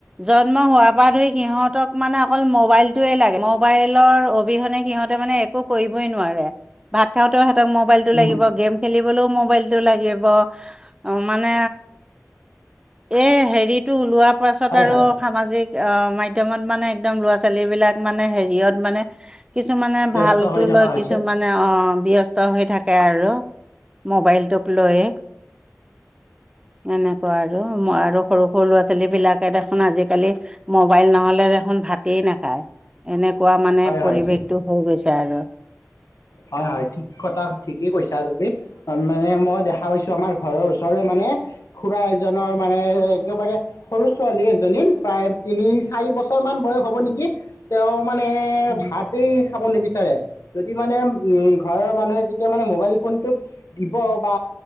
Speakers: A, on the right; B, on the left.
A: জন্ম হোৱাৰ পৰা ধৰি সিহঁতক মানে অকল মবাইলটোৱে লাগে মবাইলৰ অবিহনে মানে সিহঁতে মানে একো কৰিব ই নোৱাৰে ভাত খাওঁতেও সেহত ক মোবাইলতটো
B: উম
A: লাগিব গেম খেলিবলৈও মোবাইলটো লাগিব বা মানে এ হেৰিটো ওলোৱা পাছত
B: হয়
A: আৰু
B: হয়
A: সামাজিক অ মাধ্যমত মানে একদম ল'ৰা ছোৱালী বিলাক মানে হেৰিয়ত মানে কিছুমানে
B: ব্যস্ত
A: ভাল
B: হৈ থকা
A: লৈ
B: হৈছে
A: কিছুমানে অ অ ব্যস্ত হৈ থাকে তাকে আৰু মোবাইলটো লয় এনে আৰু মই আৰু সৰু সৰু আছো ল' ছোৱালী বিলাকে দেখোন আজিকালি মোবাইল নহলে দেখোন ভাতেই নাখায় এনে কোৱা মানে
B: হয়
A: পৰিৱেশটো
B: হয় ঠিক
A: হৈ গৈছে আৰু
B: হয় হয় ঠিক কথা ঠিকেই কৈছা তমি মানে মই দেখা পাইছো আমাৰ ঘৰৰ ওচৰৰে মানে খুৰা এজনৰ মানে একেবাৰে সৰু ছোৱালী এজনী প্ৰায় তিনি চাৰি বছৰ মান বয়স হব নেকি তেওঁ মানে
A: উম
B: ভাতে খাব নিবিচ যদি মানে ঘৰৰ মানুহে যেতিয়া মানে মোবাইল ফোনটোত দিব বা